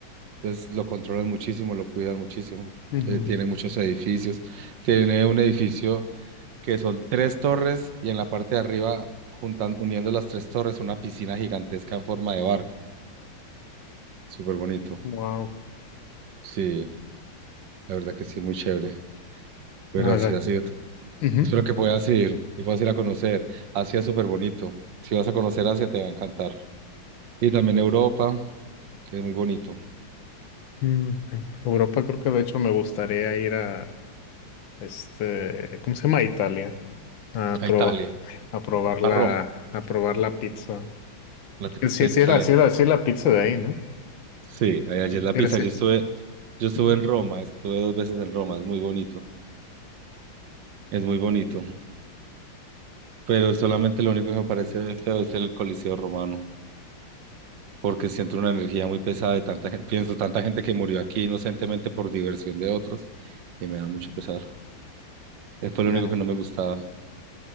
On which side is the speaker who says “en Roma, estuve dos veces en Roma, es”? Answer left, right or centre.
Right